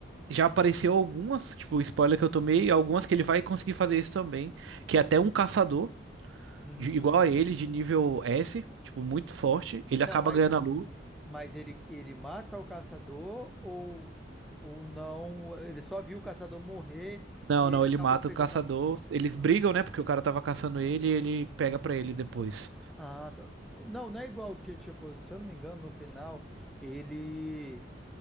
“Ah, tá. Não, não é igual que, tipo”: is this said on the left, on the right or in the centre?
Centre